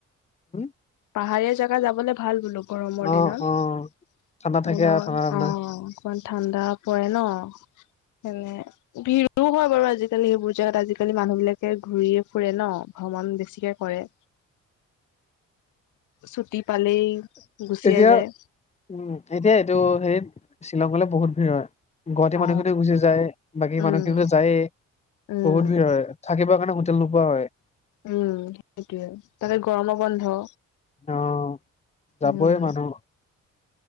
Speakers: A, on the left; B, on the left.
A: উম
B: পাহাৰীয়া জেগা যাবলে ভাল বোলো গৰমৰ
A: অ
B: দিনত।
A: অ ঠাণ্ডা
B: <unintelligible>
A: থাকে আৰু ঠাণ্ডা ঠাণ্ডা
B: অ'। অকমান ঠাণ্ডা পৰে ন'। হেনে ভিৰো হয় বাৰু আজিকালি সেইবোৰ জেগাত আজি কালি মানুহবিলাকে ঘূৰিয়ে ফুৰে ন' ভ্ৰমণ বেছিকে কৰে। ছুটি পালেই গুচিয়ে
A: এতিয়া
B: যায়।
A: উম, এতিয়া এইটো হেৰিত শ্বিলঙলৈ বহুত ভিৰ হয়। গুৱাহাটী
B: অ
A: মানুহখিনিও গুচি যায়, বাকী
B: উম
A: মানুহখিনিতো যায়েই।
B: উম
A: বহুত ভিৰ হয়, থাকিব কাৰণে হোটেল নোপোৱা হয়।
B: উম, সেইটোয়ে, তাতে গৰমৰ বন্ধ।
A: অ' যাবই
B: উম
A: মানুহ